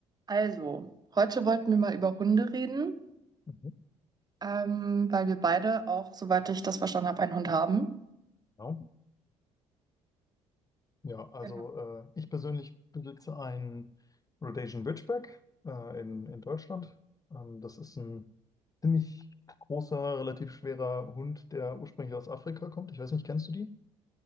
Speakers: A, on the right; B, on the left.
A: Also, heute wollten wir mal über Hunde reden,
B: Mhm.
A: ähm, weil wir beide auch, soweit ich das verstanden habe, einen Hund haben.
B: Ja, ja, also
A: Genau.
B: äh, ich persönlich besitze einen Rhodesian Ridgeback äh, in, in Deutschland. Ähm, das ist ein ziemlich großer, relativ schwerer Hund, der ursprünglich aus Afrika kommt. Ich weiß nicht, kennst du die?